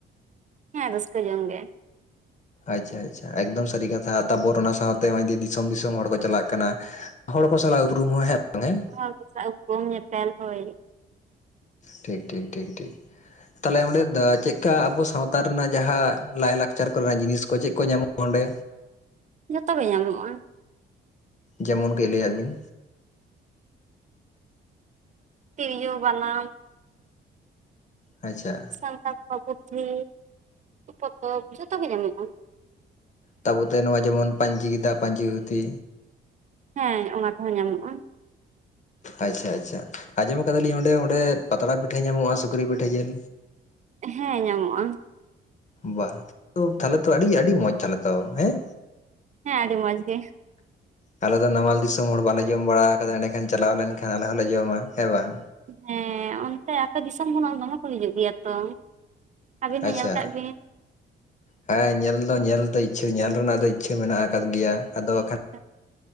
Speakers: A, on the right (about 40°); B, on the left (about 35°).
A: ᱦᱮᱸ ᱨᱟᱹᱥᱠᱟᱹ ᱡᱚᱝ ᱜᱮ
B: ᱟᱪ ᱪᱷᱟ ᱟᱪ ᱪᱷᱟ ᱮᱠᱫᱚᱢ ᱥᱟᱹᱨᱤ ᱠᱟᱛᱷᱟ ᱛᱟᱨ ᱯᱚᱨᱮ ᱚᱱᱟ ᱥᱟᱶᱛᱮ ᱱᱚᱜᱼᱚᱭ ᱫᱤᱥᱚᱢ ᱫᱤᱥᱚᱢ ᱦᱚᱲ ᱠᱚ ᱪᱟᱞᱟᱜ ᱠᱟᱱᱟ ᱦᱚᱲ ᱠᱚ ᱥᱟᱞᱟᱜ ᱩᱯᱨᱩᱢ ᱦᱮᱸ ᱵᱟᱝ ᱦᱮᱸ
A: ᱦᱚᱲ ᱠᱚ ᱥᱟᱣ ᱩᱯᱨᱩᱢ ᱧᱮᱯᱮᱞ ᱦᱚᱭ
B: ᱴᱷᱤᱠ ᱴᱷᱤᱠ ᱴᱷᱤᱠ ᱴᱷᱤᱠ ᱛᱟᱦᱚᱞᱮ ᱚᱸᱰᱮ ᱪᱮᱫᱠᱟ ᱟᱵᱚ ᱥᱟᱶᱛᱟ ᱨᱮᱱᱟᱜ ᱡᱟᱦᱟᱸ ᱞᱟᱹᱭ ᱞᱟᱠᱪᱟᱨ ᱠᱚᱨᱮᱱᱟᱜ ᱡᱤᱱᱤᱥ ᱠᱚ ᱪᱮᱫ ᱠᱚ ᱧᱟᱢᱚᱜ <inaudible> ᱚᱸᱰᱮ
A: ᱡᱷᱚᱛᱚ ᱜᱮ ᱧᱟᱢᱚᱜᱼᱟ
B: ᱡᱮᱢᱚᱱ ᱠᱟᱹᱡ ᱞᱟᱹᱭᱟᱜ ᱵᱤᱱ
A: ᱛᱤᱨᱤᱭᱳ ᱵᱟᱱᱟᱢ
B: ᱟᱪᱪᱷᱟ
A: ᱥᱟᱱᱛᱟᱲ ᱠᱚᱣᱟᱜ ᱯᱩᱛᱷᱤ ᱯᱚᱛᱚᱵ ᱡᱷᱚᱛᱚ ᱜᱮ ᱧᱟᱢᱚᱜᱼᱟ
B: ᱛᱟᱯᱚᱛᱮ ᱱᱚᱣᱟ ᱡᱮᱢᱚᱱ ᱯᱟᱹᱧᱪᱤ ᱜᱮᱸᱫᱟᱜ ᱯᱟᱹᱧᱪᱤ ᱫᱷᱩᱛᱤ
A: ᱦᱮᱸ ᱚᱱᱟ ᱠᱚᱦᱚᱸ ᱧᱟᱢᱚᱜᱼᱟ
B: ᱟᱪ ᱪᱷᱟ ᱟᱪ ᱪᱷᱟ ᱟᱸᱡᱚᱢ ᱟᱠᱟᱫᱟᱞᱤᱧ ᱚᱸᱰᱮ ᱚᱸᱰᱮ ᱯᱟᱛᱲᱟ ᱯᱤᱴᱷᱟᱹ ᱧᱟᱢᱚᱜᱼᱟ ᱥᱩᱠᱨᱤ ᱯᱤᱴᱷᱟᱹ ᱡᱤᱞ
A: ᱦᱮᱸ ᱧᱟᱢᱚᱜᱼᱟ
B: ᱵᱟ ᱛᱟᱦᱚᱞᱮ ᱛᱚ ᱟᱹᱰᱤ ᱟᱹᱰᱤ ᱢᱚᱸᱡ ᱛᱟᱦᱚᱞᱮ ᱛᱚ ᱦᱮᱸ
A: ᱦᱮᱸ ᱟᱹᱰᱤ ᱢᱚᱡ ᱜᱮ
B: <inaudible> ᱟᱞᱮ ᱫᱚ ᱱᱟᱢᱟᱞ ᱫᱤᱥᱚᱢ ᱦᱚᱲ ᱵᱟᱞᱮ ᱡᱚᱢ ᱵᱟᱲᱟ ᱠᱟᱫᱟ ᱮᱸᱰᱮᱠᱷᱟᱱ ᱪᱟᱞᱟᱣ ᱞᱮᱱ ᱠᱷᱟᱱ ᱟᱞᱮ ᱦᱚᱞᱮ ᱡᱚᱢᱟ ᱦᱮᱸ ᱵᱟᱝ
A: ᱦᱮᱸ ᱚᱱᱛᱮ ᱟᱯᱮ ᱫᱤᱥᱚᱢ ᱠᱷᱚᱱᱟᱜ ᱫᱚᱢᱮᱠᱚ ᱦᱤᱡᱩᱜ ᱜᱮᱭᱟ ᱛᱚ᱾ ᱟᱹᱵᱤᱱ ᱦᱚᱸ
B: ᱟᱪᱪᱷᱟ‍!
A: ᱧᱮᱞ ᱠᱟᱜ ᱵᱤᱱ
B: ᱦᱮᱸ ᱧᱮᱞ ᱫᱚ ᱧᱮᱞ ᱫᱚ ᱤᱪᱪᱷᱟᱹ ᱧᱮᱞ ᱨᱮᱱᱟᱜ ᱫᱚ ᱤᱪᱪᱷᱟᱹ ᱢᱮᱱᱟᱜ ᱟᱠᱟᱫ ᱜᱮᱭᱟ, ᱟᱫᱚ ᱵᱟᱠᱷᱟᱱᱹᱹ
A: ᱦᱮ <inaudible>